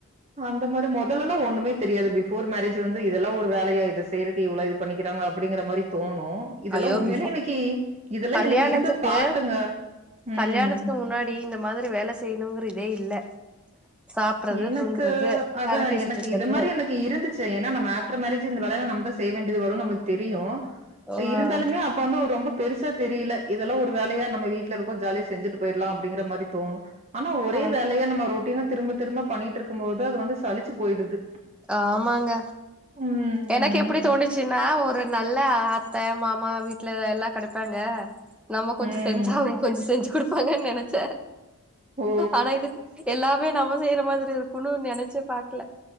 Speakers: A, on the right (about 30°); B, in the centre.
A: அந்த மாரி மொதல்லலா ஒன்னுமே தெரியாது பிஃபோர் மேரஜ் வந்து இதெல்லா ஒரு வேலையா இது செய்றக்கு இவ்ளோ இது பண்ணிக்கிறாங்க அ ப்டிங்குற மாரி தோ ணு இதெல்லா
B: ஐயோ
A: உண்மையில
B: பிஃபோ
A: எனக்கி இதெல்லா
B: கல்யாணத்துக்கு
A: எனக்கு இருந்த தாட்டுங்க ம்
B: கல்யாணத்துக்கு முன்னாடி இந்த மாதிரி வேல செய்யணுங்கிற இதே இல்ல சாப்ட்றது
A: எனக்கு
B: தூங்குறது
A: அதா
B: கத பேசிட்டு
A: எனக்கு
B: இருக்கறது
A: இது மாரி எனக்கு இருந்துச்சு ஏன்னா நம்ம ஆஃப்டர் மேரேஜு இந்த வேலையலா நம்ம செய்ய வேண்டியது வரும் நம்மளுக் தெரியு
B: ஆ
A: இருந்தாலுமே அப்ப வந்து ஒ ரொம்ப பெருசா தெரியில இதெல்லா ஒரு வேலையா நம்ம வீட்ல இருக்கோ ஜாலிய செஞ்சுட்டு போயிற்லா அப்புடிங்கிற மாரி தோணு ஆனா ஒரே
B: ஆ
A: வேலையா நம்ம ரொட் டின்னா திரும்பத் திரும்ப பண்ணிட்ருக்கும் போது அது வந்து சலிச்சு போயிடுது
B: ஆமாங்க
A: ம்.
B: எனக்கு எப்புடி தோணிச்சுன்னா ஒரு நல்லா ஆத்த மாமா வீட்ல எல்லா கடப்பாங்க நம்ம கொஞ்சோ
A: ம்.
B: செஞ்சா அவுங்க கொஞ்சே செஞ்சி குடுப் பாங்க நெனச்சே
A: ஓ!
B: ஆனா இது எல்லா வே நம்ம செய்ற மாதிரி இருக்குன்னு நெனச்சே பாக்குல